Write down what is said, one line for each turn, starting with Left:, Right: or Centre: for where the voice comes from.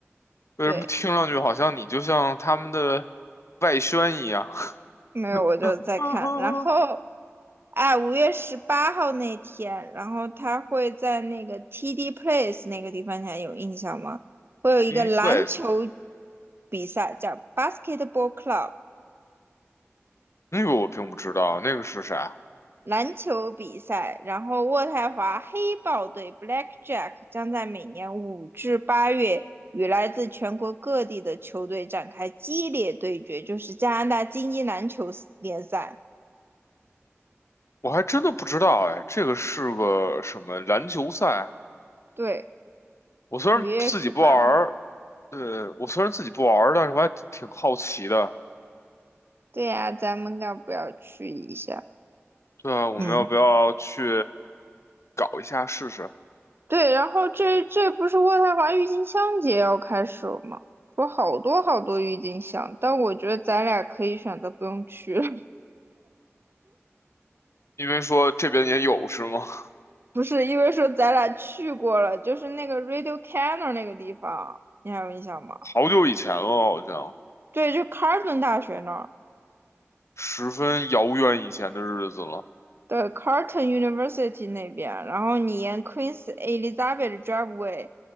Left: 为什么听上去好像你就像他们的
Right: 对，
Left: 外宣一样
Right: 没有我就在看，
Left: ？TV <laughs> 哈哈
Right: 然后，哎，五月十八号那天，然后他会在那个 TD Place 那个地方，你还有印象吗？会有一个篮球
Left: ，T V Place
Right: 比赛，叫 Basketball Club。
Left: 那个我并不知道，那个是啥？
Right: 篮球比赛，然后渥太华黑豹队 （Blackjack） 将在每年五至八月与来自全国各地的球队展开激烈对决，就是加拿大精英篮球联赛。
Left: 我还真的不知道哎，这个是个什么篮球赛？
Right: 对，
Left: 我虽然自己不玩，
Right: 五月十八号。
Left: 对，我虽然自己不玩儿，但是我还挺好奇的。
Right: 对呀、啊咱们要不要去一下？
Left: 对啊，我们要不要去
Right: 嗯，
Left: 搞一下试试？
Right: 对，然后这这不是渥太华郁金香节要开始了吗？说好多好多郁金香，但我觉得咱俩可以选择不用去了。
Left: 因为说这边也有是吗？<laughs>
Right: 不是，因为说咱俩去过了，就是那个 Radio Cannon 那个地方，你还有印象吗？
Left: 好久以前了，好像
Right: 对，就 c a r l t o n 大学那儿，
Left: 十分遥远以前的日子了。
Right: 对 c a r l t o n University 那边，然后你沿 Queen Elizabeth Driveway